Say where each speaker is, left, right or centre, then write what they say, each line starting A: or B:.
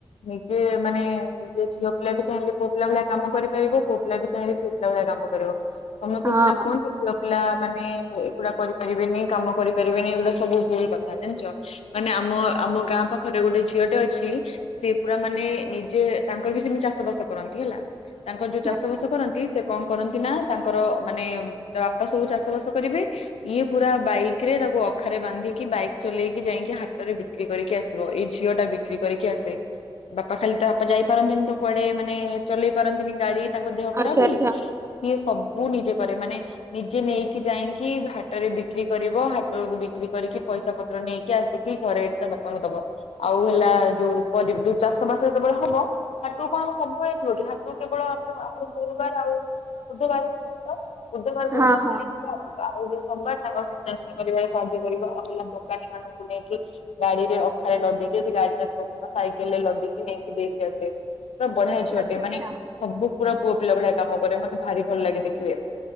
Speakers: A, on the left; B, on the right.
A: ନିଜେ ମାନେ ନିଯେ ଝିଅ ପିଲା ବି ଚାହିଁଲେ ପୁଅ ପିଲା ଭଳିଆ କାମ କରିପାରିବ ପୁଅ ପିଲା ବି ଚାହିଁଲେ ଝିଅ ପିଲା ଭଳିଆ କାମ କରିବ। ସମସ୍ତେ
B: ହଁ
A: ସିନା କୁହନ୍ତି ଝିଅ ପିଲା ମାନେ ଏ ଗୁଡା କରିପାରିବେନି କାମ କରିପାରିବେନି ଏଗୁଡା ସବୁ ଭୁଲ କଥା ଜାଣିିଛ? ମାନେ ଆମ ଆମ ଗାଁ ପାଖରେ ଗୋଟେ ଝିଅଟେ ଅଛି। ସିଏ ପୁରା ମାନେ ନିଜେ ତାଙ୍କର ବି ସେମିତି ଚାଷ ବାସ କରନ୍ତି ହେଲା। ତାଙ୍କର ଯୋଉ ଚାଷ
B: ଆଚ୍ଛା।
A: ବାସ କରନ୍ତି ସେ କଣ କରନ୍ତି ନା ତାଙ୍କର ମାନେ ତା ବାପା ସବୁ ଚାଷ ବାସ କରିବେ ଇଏ ପୁରା ବାଇକ ରେ ତାକୁ ଅଖାରେ ବାନ୍ଧିକି ବାଇକ ଚଲେଇକି ଯାଇକି ହାଟ ରେ ବିକ୍ରି କରିକି ଆସିବ ଏଇ ଝିଅ ଟା ବି ବିକ୍ରି କରିକି ଆସେ ବାପା ଖାଲି ତା ବାପା ଯାଇପାରନ୍ତିନି ତ କୁଆଡେ ମାନେ ଚଲେଇ ପାରନ୍ତିନି ଗାଡି। ତାଙ୍କ ଦେହ ଖରାପ
B: ଆଚ୍ଛା
A: ବୋଲି
B: ଆଚ୍ଛା
A: ସିଏ ସବୁ ନିଜେ କରେ ମାନେ ନିଜେ ନେଇକି ଯାଇଁକି ଭା ଟରେ ବିକ୍ରି କରିବ ହାଟରୁ ବିକ୍ରି କରିକି ପଇସା ପତ୍ର ନେଇକି ଆସିକି ଘରେ ଏଇଠି ତା ବାପାଙ୍କୁ ଦବ। ଆଉ ହେଲା ଯୋଉ ପ ଯୋଉ ଚାଷ ବାସ ଯେତେବେଳେ ହବ ହାଟକୁ କଣ ଆଉ ସବୁବେଳେ ଯିବ କି ହାଟକୁ କେବଳ ଆମର ଆମର ଗୁରୁବାର ଆଉ ବୁଧବାର ହଉଛି ହାଟ। ବୁଧବାର ଗୁରୁବାର
B: ହଁ ହଁ
A: ଖାଲି ବିକିବ ଆସିବ ଆଉ ସୋମବାର ତାଙ୍କର ସବୁ ଚାଷ କରିବାରେ ସାହାଯ୍ୟ କରିବ ଆଉ ହେଲା ଦୋକାନୀ ମାନଙ୍କୁ ନେଇକି ଗାଡିରେ ଅଖାରେ ଲଦିକି ଯଦି ଗାଡି ନଥିବ ସାଇକେଲ ରେ ଲଦିକି ନେଇକି ଦେଇକି ଆସେ। ପୁରା ବଢିଆ ଝିଅ
B: ଆଚ୍ଛା
A: ଟେ
B: ଆଚ୍ଛା
A: ମାନେ ସବୁ ପୁରା ପୁଅ ପିଲା ଭଳିଆ କାମ କରେ ମତେ ଭାରି ଭଲ ଲାଗେ ଦେଖିବେ।